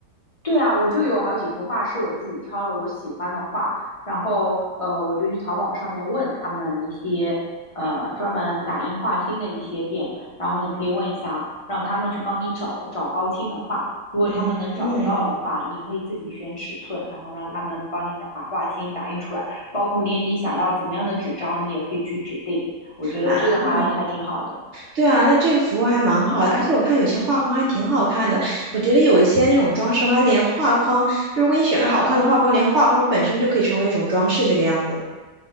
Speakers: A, on the left (about 30°); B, on the right (about 55°).
A: 对啊，我就有好几幅画是我自己挑了我喜欢的画，然后呃，我就去淘宝上面问他们一些呃专门打印画心的一些店，然后你可以问一下，让他们去帮你找找高清的画，如果他们能找得到的话，
B: 嗯
A: 你可以自己选尺寸，然后让他们帮你打把画心打印出来，包括连你想要怎么样的纸张，你也可以去指定，我觉得这个还还挺好的。
B: 啊。对啊，那这个服务还蛮好的，而且我看有些画框还挺好看的。我觉得有一些那种装饰画，连画框，就如果你选个好看的画框，连画框本身就可以成为一种装饰，这个样子。